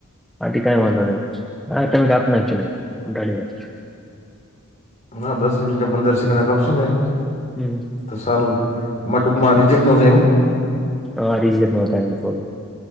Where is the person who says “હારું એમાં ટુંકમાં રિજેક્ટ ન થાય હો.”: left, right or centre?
Left